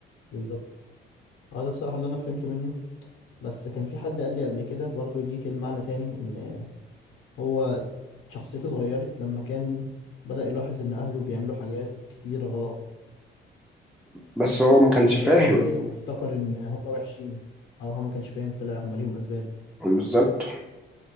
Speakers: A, on the left; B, in the centre.
A: بالظبط اه ده الصراحه اللي انا فهمت منه بس كان في حد قال لي قبل كده برضو ليه كلمه معنى تاني ان هو شخصيته اتغيرت لما كان بدأ يلاحظ ان اهله بيعملوا حاجات كتير غلط
B: بس هو ما كانش
A: بس
B: فاهم
A: وافتكر ان هم وحشين اه هو ما كانش فاهم طلع هم ليهم اسباب
B: بالظبط